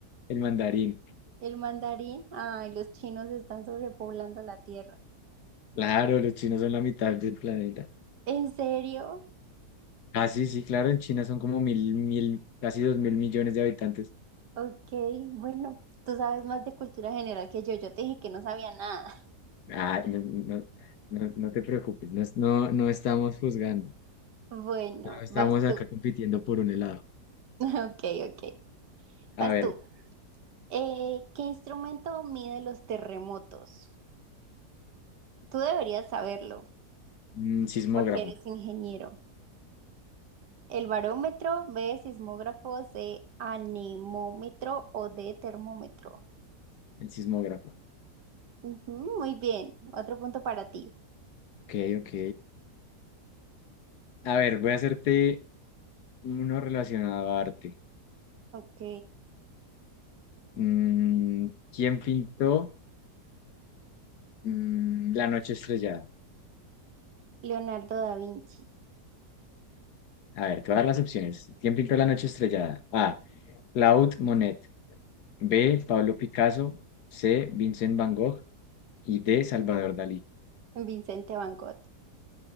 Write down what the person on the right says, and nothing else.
¿El mandarín? Ay, los chinos están sobrepoblando la tierra.
¿En serio?
Ok, bueno, tú sabes más de cultura general que yo. Yo te dije que no sabía nada. <laughs>
Bueno,
vas
tú.
<laughs> Ok, ok.
Vas
tú. Eh, ¿qué instrumento mide los terremotos? Tú deberías saberlo,
porque eres ingeniero. ¿El barómetro, B, sismógrafo, C, anemómetro o D, termómetro?
Ujú, muy bien, otro punto para ti.
Ok.
Leonardo da Vinci,
Vincente Van Gogh.